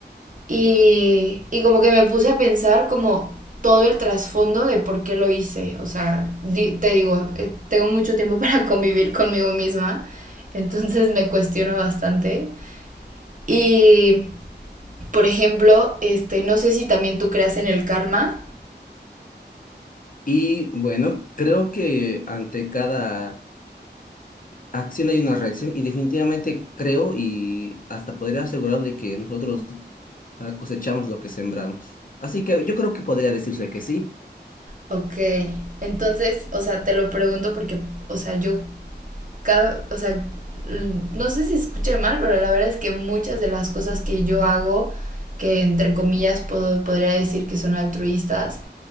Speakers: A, on the right; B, on the left.
A: y, y como que me puse a pensar como todo el trasfondo de por qué lo hice, o sea, di- te digo, eh, tengo mucho tiempo <laughs> para convivir conmigo misma, entonces me cuestiono bastante. Y, por ejemplo, este, no sé si también tú creas en el karma.
B: Y bueno, creo que ante cada acción hay una reacción y definitivamente creo y hasta podría asegurar de que nosotros Ah, cosechamos lo que sembramos. Así que yo creo que podría decirse que sí.
A: Ok, entonces, o sea, te lo pregunto porque, o sea, yo cada, o sea, no sé si escuché mal, pero la verdad es que muchas de las cosas que yo hago, que entre comillas puedo, podría decir que son altruistas,